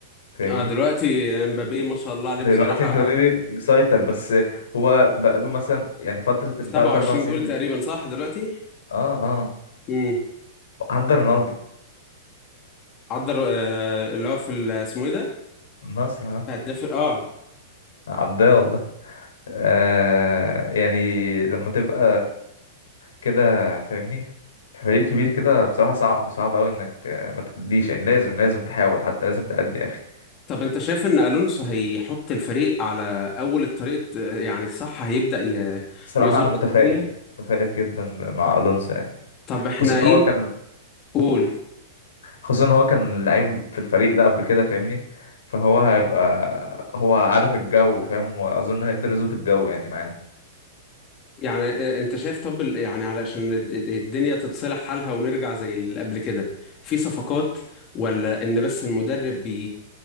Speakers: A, on the left; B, on the left.
A: فاهمني
B: اه دلوقتي امبابي ما شاء الله عليه
A: دلوقتي
B: بصراحة
A: مبابي مسيطر بس هو بقاله مثلا يعني فترة الثلاث
B: 27
A: أربع سنين
B: جول
A: اللي-
B: تقريبا صح دلوقتي
A: اه اه
B: امم
A: عدى رونالدو
B: عدى آه، اللي هو في ال- اسمه ايه ده
A: النصر ها
B: هداف ال- اه
A: عداه والله آه يعني لما تبقى كده فاهمني فريق كبير كده بصراحة صعب صعب أوي إنك آه، ما تديش يعني لازم لازم تحاول حتى لازم تأدي يا أخي
B: طب انت شايف ان الونسو هيحط الفريق على اول الطريق آه، يعني صح هيبدأ ي-
A: بصراحة
B: يظبط
A: أنا متفائل
B: الدنيا
A: متفائل جدا مع ألونسو يعني
B: طب احنا
A: خصوصا إن
B: ايه
A: هو
B: م-
A: كان
B: قول
A: خصوصا إن هو كان لعيب في الفريق ده قبل كده فاهمني فهو هيبقى هو عارف الجو فاهم وأظن هيقدر يظبط الجو يعني معانا
B: يعني آه، آه، انت شايف طب ال- يعني علشان الد- الد- الدنيا تتصلح حالها ونرجع زي اللي قبل كده في صفقات ولا ان بس المدرب